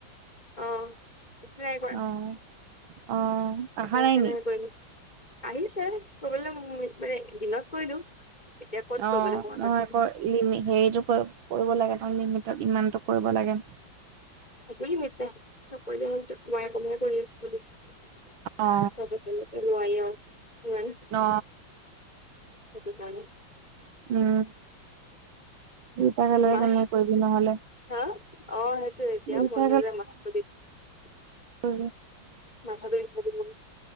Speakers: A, on the left (about 20°); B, on the right (about 75°).
A: অ ইটো নাই কৰা
B: অ অ আহা
A: এতিয়া
B: নাই
A: কেনে
B: নি
A: কৰিলো, আহিছে কবলৈ মানে দিনত কৰিলো এতিয়া ক'ত
B: অ
A: কৰিবলৈ সময়
B: নহয়
A: পাচো
B: আকৌ লিমি হেৰিতটো কৰিব কৰিব লাগে ন, লিমিটত ইমানটো কৰিব লাগে
A: <unintelligible> নোৱাৰি আউ
B: অ
A: উম
B: অ
A: সেইটো কাৰণে
B: উম দুতাকে
A: উম,
B: লৈ
A: মাছ
B: কেনেকে কৰিবি নহ'লে
A: হা অ সেইটো এতিয়া
B: দুইটা
A: মন নাযায় <unintelligible>
B: উ
A: মাথাটো বিষাইছে মোৰ